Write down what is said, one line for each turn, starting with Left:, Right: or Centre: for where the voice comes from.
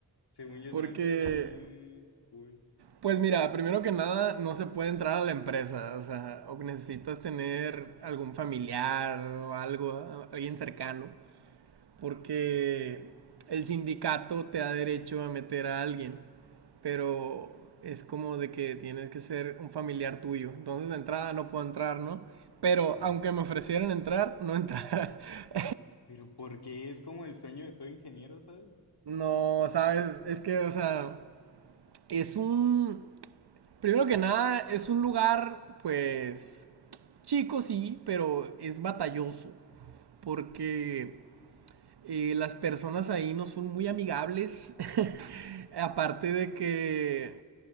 Left: Según yo
Right: Porque
Left: es una empresa bien cool.
Right: Pues mira, primero que nada, no se puede entrar a la empresa, o sea, o necesitas tener algún familiar o algo, a- alguien cercano, porque el sindicato te da derecho a meter a alguien, pero es como de que tienes que ser un familiar tuyo. Entonces de entrada no puedo entrar, ¿no? Pero
Left: Mm.
Right: aunque me ofrecieran entrar, no entrara. <laughs>
Left: Pero porque es como el sueño de todo ingeniero, ¿sabes?
Right: No, sabes, es que, o sea, es un Primero que nada, es un lugar, pues, chico sí, pero es batalloso, porque eh, las personas ahí no son muy amigables, <laughs> aparte de que